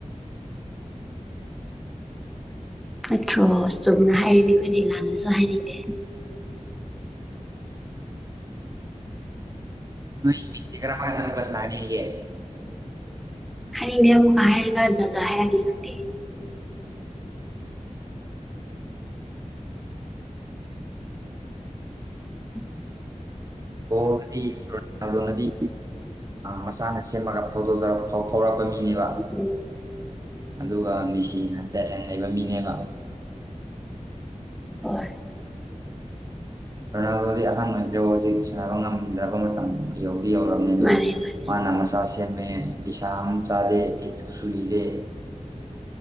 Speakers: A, in the centre; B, on the right (about 25°).
A: ꯅꯠꯇ꯭ꯔꯣ ꯁꯨꯝꯅ ꯍꯥꯏꯔꯤꯅꯦ ꯑꯩꯈꯣꯏꯅ ꯏꯂꯥꯟꯗꯁꯨ ꯍꯥꯏꯅꯤꯡꯉꯦ
B: ꯅ ꯃꯤꯁꯤ ꯈꯔ ꯐ ꯅꯗꯕꯁ ꯂꯅꯤꯦ
A: ꯍꯥꯏꯅꯤꯡꯗ ꯑꯃꯨꯛ ꯍꯥꯏꯔꯒꯖꯖ ꯍꯥꯏꯔꯒ ꯂꯩꯅꯗꯦ ꯎꯝ
B: ꯍꯗꯤ ꯔꯣꯅꯥꯜꯗꯣꯅꯗꯤ ꯃꯁꯥꯅ ꯁꯦꯝꯃꯒ ꯐꯣꯡꯗꯣꯛꯖꯔꯛꯀꯦ ꯐꯥꯎꯔꯛꯄ ꯃꯤꯅꯦꯕ
A: ꯎꯝ
B: ꯑꯗꯨꯒ ꯃꯦꯁꯤ ꯍꯇꯦ ꯍ ꯍꯩꯕ ꯃꯤꯅꯦꯕ
A: ꯍꯣꯏ
B: ꯔꯣꯅꯥꯜꯗꯣꯗꯤ ꯑꯍꯥꯟꯕ ꯑꯣꯏꯈ꯭ꯔꯕꯨ ꯍꯧꯖꯤꯛ ꯁꯥꯟꯅꯕ ꯉꯝꯗ꯭ꯔꯕ ꯃꯇꯝ ꯌꯧ ꯌꯧꯔꯝꯅꯤ
A: ꯃꯥꯅꯦ
B: ꯑꯣ
A: ꯃꯥꯅꯦ
B: ꯃꯥꯅ ꯃꯆꯥ ꯁꯦꯠ ꯂꯤꯁꯥꯝ ꯆꯥꯗꯦ ꯇꯊꯨ ꯁꯨꯏꯔꯦ